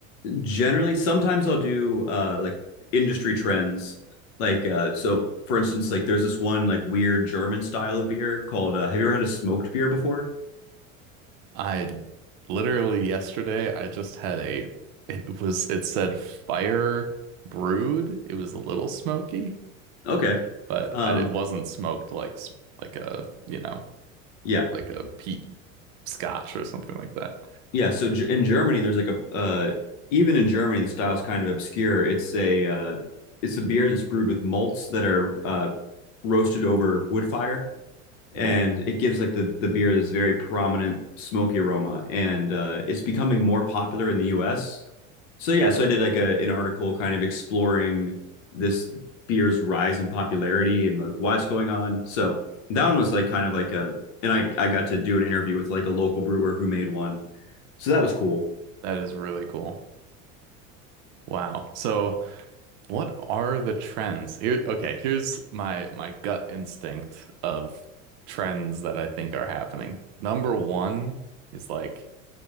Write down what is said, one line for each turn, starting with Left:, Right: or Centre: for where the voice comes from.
Left: Generally, sometimes I'll do uh, like industry trends, like uh, so. For instance, like there's this one like weird German style of beer called. Uh, have you ever had a smoked beer before?
Right: I literally yesterday I just had a it was it said fire brewed. It was a little smoky,
Left: Okay.
Right: but
Left: Um,
Right: I, it wasn't smoked like s- like a, you know,
Left: yeah.
Right: like a peat scotch or something like that.
Left: Yeah. So G in Germany, there's like a, uh, even in Germany, the style's kind of obscure. It's a, uh, it's a beer that's brewed with malts that are, uh, roasted over wood fire. and
Right: Cool.
Left: it gives like the the beer this very prominent smoky aroma, and uh, it's becoming more popular in the U.S. So yeah, so I did like a an article kind of exploring this beer's rise in popularity and like why it's going on. So that one was like kind of like a, and I I got to do an interview with like a local brewer who made one, so that was cool.
Right: That is really cool. Wow. So, what are the trends? Here, okay, here's my my gut instinct of trends that I think are happening. Number one is like